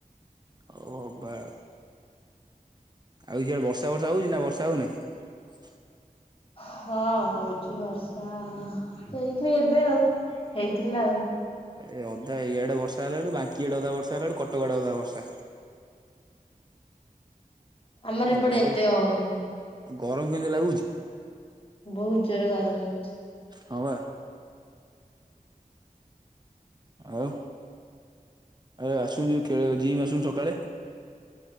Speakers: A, on the right; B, on the left.
A: ହଉ ହବା ଆଉ। ଆଉ ଇଆ ବର୍ଷା ଫର୍ଷା ହଉଚି ନାଁ ବର୍ଷା ହଉନେଇ?
B: ହଁ ହଉଚି ବର୍ଷା ହେଇକି ଏବେ ଆଉ ହେଇଥିଲା ଆଉ।
A: ଏ ଅଧା ଇଆଡ଼େ ବର୍ଷା ହେଲାଠୁ ବାଙ୍କି ଆଡ଼େ ଅଧା ବର୍ଷ ହେଲାଠୁ କଟକ ଆଡ଼େ ଅଧା ବର୍ଷା।
B: ଆମର
A: ନାଁ
B: ଏପଟେ
A: ବର
B: ଏତେ ହଉନି।
A: ଗରମ କେନ୍ତି ଲାଗୁଚି?
B: ବୋହୁତ ଜୋରେ ଗରମ ହୋଉଛି।
A: ହଁ ବା। ଆଉ ଆଉ ଆସୁ ଯୋଉ ଖେଳ ଜିମ୍ ଆସୁନୁ ସକାଳେ।